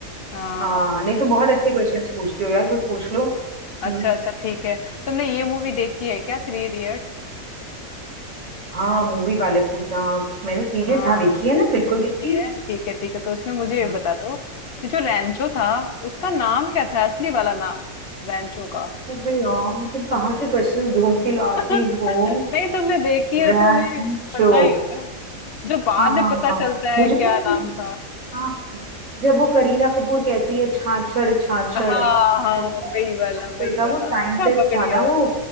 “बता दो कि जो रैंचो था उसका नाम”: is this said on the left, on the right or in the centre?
Left